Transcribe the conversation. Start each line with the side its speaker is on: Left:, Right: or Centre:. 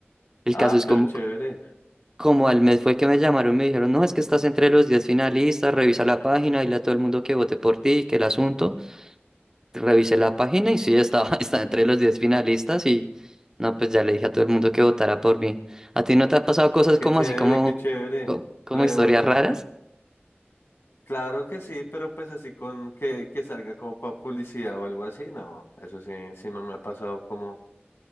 Right: El
Left: Ah,
Right: caso es
Left: pero
Right: como
Left: chévere,
Right: como al mes fue que me llamaron, me dijeron, no, es que estás entre los 10 finalistas, revisa la página, dile a todo el mundo que vote por ti, que el asunto. Revisé la página y sí, estaba, <laughs> estaba entre los 10 finalistas y no, pues ya le dije a todo el mundo que votara por mí. ¿A ti no te han pasado cosas
Left: qué
Right: como
Left: chévere,
Right: así, como,
Left: qué chévere.
Right: co- como,
Left: Re
Right: historias
Left: de buena.
Right: raras?
Left: Claro que sí, pero pues así con que, que salga como para publicidad o algo así, no. Eso sí, sí no me ha pasado como,